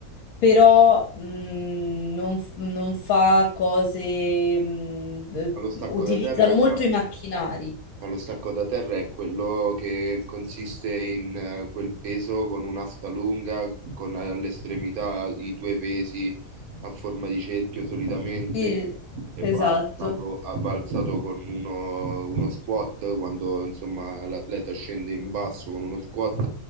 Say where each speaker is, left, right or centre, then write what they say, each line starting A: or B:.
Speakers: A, on the left; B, on the right.
A: però mh, non, f- non fa cose, mh, eh,
B: Ma lo stacco
A: utilizzano
B: da terra
A: molto i macchinari.
B: Ma lo stacco da terra è quello che consiste in eh, quel peso con un'asta lunga, con all'estremità i due pesi a forma di cerchio solitamente
A: Sì,
B: e
A: esatto.
B: va alzato, a- va alzato con uno, uno squat quando insomma l'atleta scende in basso con uno squat